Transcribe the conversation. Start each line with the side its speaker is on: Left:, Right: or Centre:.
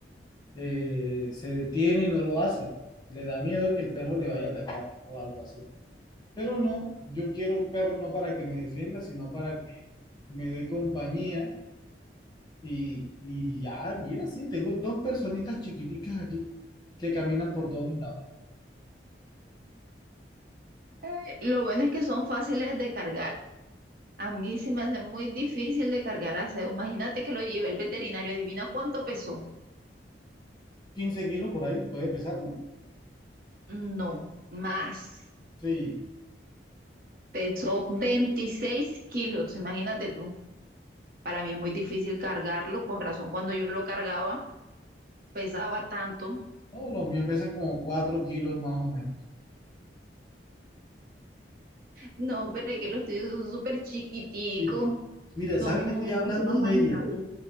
Left: eh, se detiene y no lo hace. Le da miedo que el perro le vaya a atacar o algo así. Pero no, yo quiero un perro no para que me defienda, sino para que me dé compañía Y, y ya, mira, sí, tengo dos personitas chiquiticas aquí que caminan por todos lados.
Right: Eh, lo bueno es que son fáciles de cargar. A mí se me hace muy difícil de cargar a Zeus. Imagínate que lo llevé al veterinario. Adivina cuánto pesó.
Left: quince kilos por ahí puede pesar, ¿no?
Right: No, más.
Left: Sí.
Right: Pesó 26 kilos, imagínate tú. Para mí es muy difícil cargarlo, con razón cuando yo lo cargaba pesaba tanto.
Left: No, los míos pesan como 4 kilos más o menos.
Right: No, pero es que los tuyos son súper chiquiticos,
Left: Mira, mira,
Right: son
Left: ¿sabes que estoy hablando
Right: mucho más manejables.
Left: de ella?